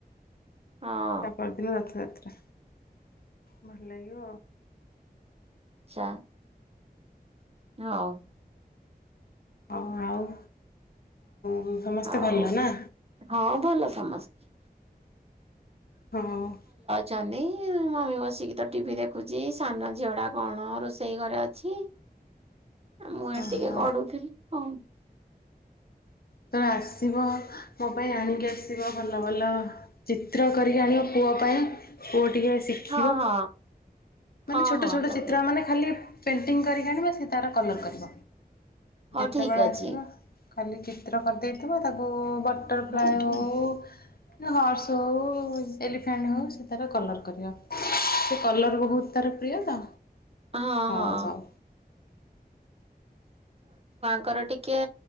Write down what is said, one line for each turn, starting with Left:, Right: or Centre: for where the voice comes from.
Right: ହଁ ଆଚ୍ଛା
Left: ତାପ ଦିନ ରଥଯା ତ୍ରା ଭଲଲାଗିବ
Right: ଚା। ହଉ।
Left: ହଁ ଆଉ ହୁଁ। ସମସ୍ତେ
Right: ଆଉ
Left: ଭଲ ନା।
Right: ହଁ ଭଲ ସମସ୍ତେ।
Left: ହଁ।
Right: ଛନ୍ତି ମମି ବସିକି ତ ଟିଭିି ଦେଖୁଛି ସାନ ଝିଅ ଟା କଣ ରୋଷେଇ ଘରେ ଅଛି। ଆ ମୁଁ
Left: ଓହୋ
Right: ଏ ଟିକେ ଗଡୁଥିଲି। ଅଁ।
Left: ତ ଆସିବ ମୋ ପାଇଁ ଆଣିକି ଆସିବ ଭଲ ଭଲ ଚିତ୍ର କରିକି ଆଣିବ ପୁଅ ପାଇଁ ପୁଅ ଟିକେ ଶିଖିବ
Right: ହଁ ହଁ
Left: ମାନେ
Right: ହଁ
Left: ଛୋଟ
Right: ହଁ
Left: ଛୋଟ
Right: ନେବି।
Left: ଚିତ୍ର ମାନେ ଖାଲି ପେଣ୍ଟିଙ୍ଗ କରିକି ଆଣିବା ସେ ତାର କଲର୍ କରିବ।
Right: ହଉ
Left: ଯେତେବେଳେ
Right: ଠିକ ଅଛି
Left: ଆସିବ। ଖାଲି କେ ଚିତ୍ର କରିଦେଇଥିବ ତାକୁ ବଟରଫ୍ଲାଏ
Right: ହୁଁ
Left: ହଉ
Right: ହୁଁ
Left: ହର୍ସ ହଉ ଏଲିଫାଣ୍ଟ ହେଉ ସେ ତାର କଲର୍ କରିବ ସେ କଲର୍ ବହୁତ ତାର ପ୍ରିୟ ତ।
Right: ହଁ
Left: ହ
Right: ହଁ
Left: ହଉ।
Right: କର ଟିକେ